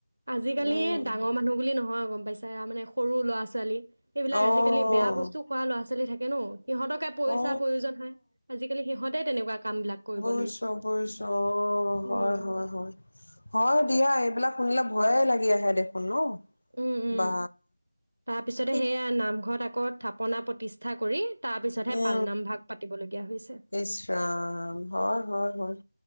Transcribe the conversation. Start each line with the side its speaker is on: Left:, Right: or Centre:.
Right: আজিিকালি
Left: উম,
Right: ডাঙৰ মানুহ বুলি নহয় গম পাইছ তাৰমানে সৰু ল'ৰা ছোৱালী। সেইবিলাক
Left: অ'।
Right: আজিকালি বেয়া বস্তু খোৱা ল'ৰা ছোৱালী থাকে <unintelligible> পইচা
Left: অ
Right: প্ৰয়োজন হয় আজিকালি সিহঁতে তেনেকুৱা কাম বিলাক কৰিব
Left: বুইছো
Right: লৈছে
Left: বুইছো অ
Right: উম
Left: হয় হয় হয়, হয় দিয়া এইবিলাক শুনিলে। ভয়ে লাগি আহে দেখোন ন।
Right: উ উ,
Left: বা
Right: তাৰপিছতে
Left: ঠিক
Right: সেইয়া নামঘৰত আক। কত থাপনা প্ৰতিষ্ঠা কৰি। তাৰ পিছতহে
Left: উ,
Right: পালনাম ভাগ পাতিবলগীয়া হৈছে
Left: ইচ ৰাম, হয় হয় হয়।